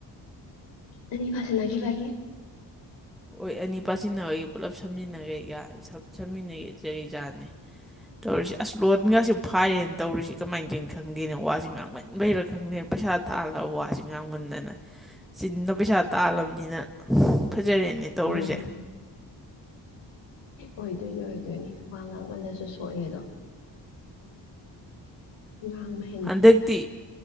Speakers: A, on the left; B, in the centre.
A: ꯑꯅꯤ ꯄꯁꯤꯟꯅ ꯈꯤꯕꯒꯤ
B: ꯍꯣꯢ ꯑꯅꯤ ꯄꯥꯁꯤꯟꯅꯕꯒꯤ ꯄꯨꯂꯞ ꯁꯝꯖꯤꯟꯅ ꯁꯝꯖꯤꯟꯅꯒꯩ ꯖꯥꯠꯅꯤ ꯇꯧꯔꯤꯁꯦ ꯑꯁꯁ ꯂꯣꯜꯒꯁꯦ ꯐꯥꯔꯦꯅ ꯇꯧꯔꯤꯁꯦ ꯀꯃꯥꯏꯅ ꯇꯧꯔꯤꯅꯣ ꯈꯪꯗꯦꯅꯦ ꯋꯥꯁꯤ ꯉꯥꯡꯃꯟꯕꯩꯔ ꯈꯪꯗꯦ ꯄꯩꯁꯥ ꯇꯥꯜꯂꯒ ꯋꯥꯁꯤ ꯉꯥꯡꯃꯟꯗꯅ ꯆꯤꯟꯅ ꯄꯩꯁꯥ ꯇꯥꯜꯂꯕꯅꯤꯅ ꯐꯖꯔꯦꯅꯦ ꯇꯧꯔꯤꯁꯦ
A: ꯎꯝ ꯑꯣꯏꯗꯣꯏꯅꯦ ꯑꯣꯏꯗꯣꯏꯅꯦ ꯋꯥ ꯉꯥꯡꯃꯜꯂꯁꯨ ꯁꯣꯛꯑꯦ ꯑꯦꯗꯣ ꯉꯥꯡꯃꯦ
B: ꯍꯟꯗꯛꯇꯤ